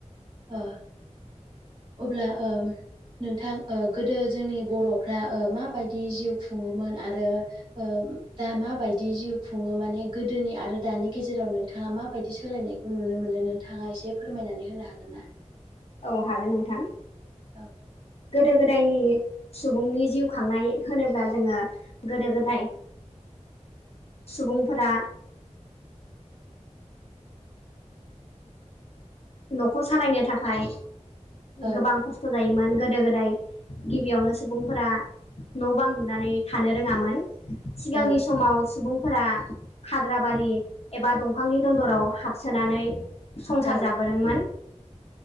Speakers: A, on the right; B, on the left.
A: ओ अब्ला ओ नोंथां ओ गोदो जोंनि बर'फ्रा ओ माबायदि जिउ खुङोमोन आरो ओ दा माबायदि जिउ खुङो माने गोदोनि आरो दानि गेजेराव नोंथाङा माबायदि सोलायनाय नुनो मोनो नोंथाङा एसे फोरमायनानै होनो हागोन ना?
B: औ हागोन नोंथां।
A: औ
B: गोदो गोदायनि सुबुंनि जिउ खांनाय होनोब्ला जोङो गोदो गोदाय सुबुंफोरा न'खर सालायनो थाखाय
A: औ
B: गोबां खस थ' जायोमोन गोदो गोदाय गिबियावनो सुबुंफोरा न' बां लुनानै थानो रोङामोन सिगांनि
A: औ
B: समाव सुबुंफोरा हाग्रा बारि एबा दंफांनि दन्दराव हाबसोनानै स
A: औ
B: जाबोदोंमोन।